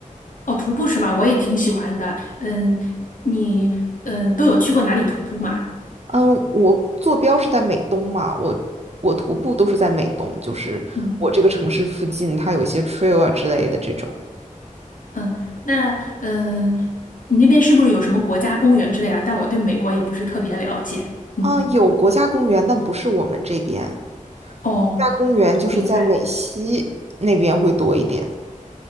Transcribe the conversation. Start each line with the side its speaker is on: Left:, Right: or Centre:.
Left: 哦，徒步是吧？我也挺喜欢的。嗯，你嗯都有去过哪里徒步吗？
Right: 嗯，我坐标是在美东嘛，我我徒步都是在美东，就是我这个城市附近，
Left: 嗯
Right: 它有一些 trail 啊之类的这种。
Left: 嗯，那嗯，你那边是不是有什么国家公园之类啊？但我对美国也不是特别了解。嗯，
Right: 嗯，有国家公园，但不是我们这边。
Left: 哦，
Right: 国家公园就是在美西那边会多一点。
Left: 明白。